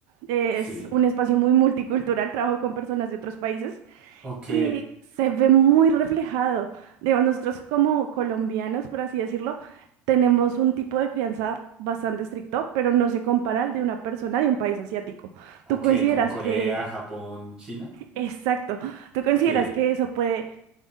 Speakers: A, on the right; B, on the right.
A: es
B: Sí.
A: un espacio muy multicultural, trabajo con personas de otros países
B: Ok,
A: y se ve muy reflejado. Digo, nosotros como colombianos, por así decirlo, tenemos un tipo de crianza bastante estricto, pero no se compara al de una persona de un país asiático.
B: ok,
A: ¿Tú consideras
B: como Corea,
A: que,
B: Japón, China.
A: exacto, tú consideras
B: Sí.
A: que eso puede,